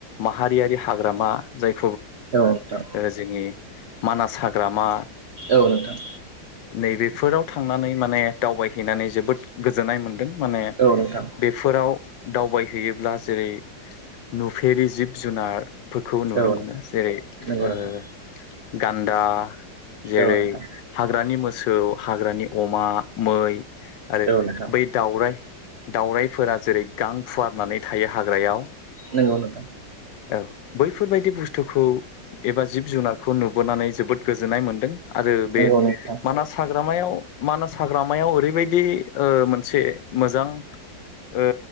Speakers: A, on the left; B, on the right.
A: माहारियारि हाग्रामा <unintelligible> ओ
B: औ नोंथां
A: जोंनि मानास हाग्रामा
B: औ नोंथां
A: नैबेफोराव थांनानै माने दावबायहैनानै जोबोद गोजोननाय मोन्दों माने
B: औ नोंथां
A: बेफोराव दावबाय हैयोब्ला जेरै नुफेरि जिब जुनार फोरखौ नुनो
B: औ
A: मोनो
B: नोंथां
A: जेरै ओ
B: नंगौ नोंथां
A: गान्दा जेरै
B: औ नोंथां
A: हाग्रानि मोसौ हाग्रानि अमा मै आरो
B: औ नोंथां
A: बै दाउराइ दाउराइफोरा जेरै गां फुवारनानै थायो हाग्रायाव
B: नंगौ नोंथां
A: औ बैफोरबायदि बुस्थुखौ एबा जिब जुनारखौ नुबोनानै जोबोद गोजोननाय मोन्दों आरो
B: नंगौ
A: बे
B: नोंथां
A: मानास हाग्रामायाव मानास हाग्रामायाव ओरैबायदि ओ मोनसे मोजां ओ